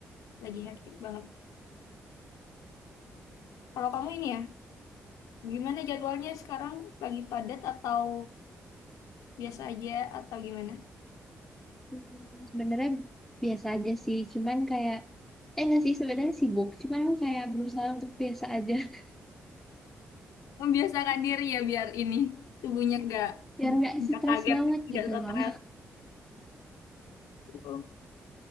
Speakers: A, on the left; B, in the centre.
A: lagi hektik banget. Kalau kamu ini ya, gimana jadwalnya sekarang? Lagi padat atau biasa aja atau gimana?
B: Hmm, Sebenarnya biasa aja sih, cuman kayak eh nggak sih sebenarnya sibuk, cuman kayak berusaha untuk biasa aja, <laughs>
A: Membiasakan diri ya biar ini tubuhnya nggak
B: biar nggak
A: nggak
B: stres
A: kaget,
B: banget
A: nggak
B: gitu loh.
A: stres. Gitu.